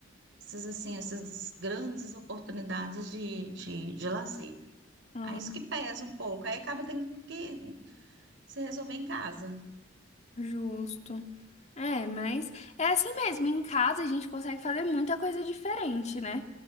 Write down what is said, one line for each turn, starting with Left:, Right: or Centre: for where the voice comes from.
Right: esses assim, essas grandes oportunidades de, de, de lazer.
Left: ah,
Right: Aí isso que pesa um pouco. Aí acaba tendo que se resolver em casa.
Left: justo. É, mas é assim mesmo. Em casa a gente consegue fazer muita coisa diferente, né?